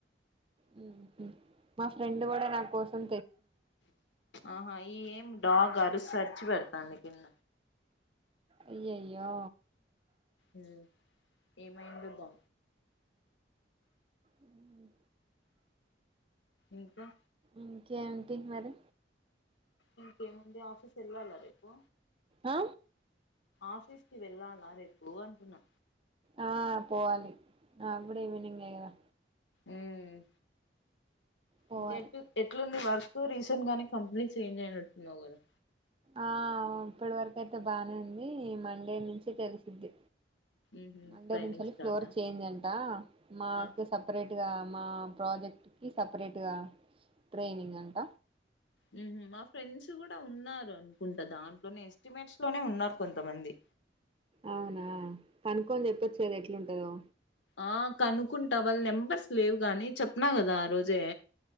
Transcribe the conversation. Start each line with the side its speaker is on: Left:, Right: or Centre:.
Right: మ్మ్ఉహ్మ్ మా ఫ్రెండ్ కూడా నాకోసం
Left: అహా ఈ ఏం డాగ్ అరిసిసరిచి పెడతాంది కింద
Right: అయ్యయ్యో
Left: ఉమ్మ్ ఏమైందో దా
Right: ఉమ్
Left: ఇంకా
Right: ఇంకేంటి మరి
Left: ఇంకేముంది ఆఫీస్ ఎళ్ళాలా రేపు
Right: ఆ
Left: ఆఫీస్‌కి వెళ్ళాలా రేపు అంటున్నా
Right: ఆ పోవాలి నాకుడా ఈవినింగే కదా
Left: ఉమ్మ్
Right: పోవాలి
Left: ఇంకా ఎటు ఎట్లుంది వర్ కు రీసెంట్గానే కంపెనీ చేంజ్ అయినట్టున్నావు కదా
Right: ఆ ఇప్పటి వరకు అయితే బానే ఉంది ఈ మండే నుంచి తెలిసిది
Left: ఉహు
Right: మండే
Left: ట్రైనింగ్
Right: నుంచేలి
Left: స్టార్ట్
Right: ఫ్లోర్
Left: ఆ
Right: చేంజ్ అంటా మాకు
Left: ఆ
Right: సపరేట్గా మా ప్రాజెక్టుకి సపరేట్గా ట్రైనింగ్ అంట
Left: ఉమ్మ్ హూ మా ఫ్రెండ్స్ కూడా ఉన్నారు అనుకుంటా దాంట్లోనే ఎస్టిమేట్స్‌లోనే ఉన్నారు కొంతమంది
Right: అవునా కనుక్కొని చెప్పొచ్చే ఎట్లుంటదో
Left: ఆ కనుక్కుంటా వాళ్ల నెంబర్స్ లేవు గాని చెప్పినా కదా ఆరోజే